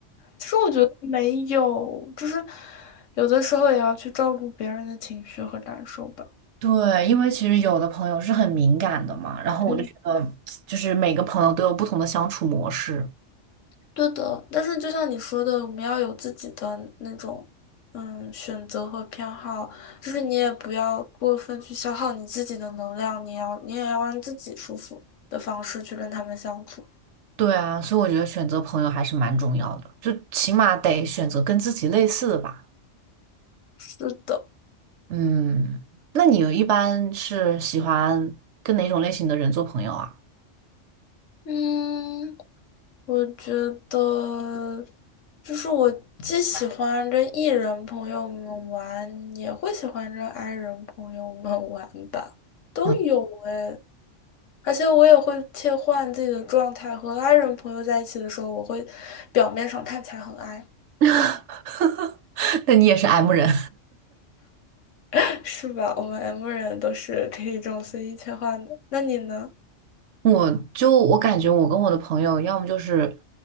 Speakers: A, on the left; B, on the right.
A: 其实我觉得没有，就是有的时候也要去照顾别人的情绪和感受吧。
B: 对，因为其实有的朋友是很敏感的嘛，然后我就觉得，
A: 嗯，
B: 就是每个朋友都有不同的相处模式。
A: 对的，但是就像你说的，我们要有自己的那种，嗯，选择和偏好，就是你也不要过分去消耗你自己的能量，你要你也要让自己舒服的方式去跟他们相处。
B: 对啊，所以我觉得选择朋友还是蛮重要的，就起码得选择跟自己类似的吧。
A: 是的，
B: 嗯，那你一般是喜欢跟哪种类型的人做朋友啊？
A: 嗯。我觉得，就是我既喜欢跟 E 人朋友们玩，也会喜欢跟 I 人朋友们 <laughs> 玩吧，都有哎。
B: 嗯，
A: 而且我也会切换自己的状态，和 I 人朋友在一起的时候，我会表面上看起来很 I，
B: <laughs> 那你也是 M 人。
A: <laughs> 是吧？我们 M 人都是可以这种随意切换的。那你呢？
B: 我就我感觉我跟我的朋友，要么就是，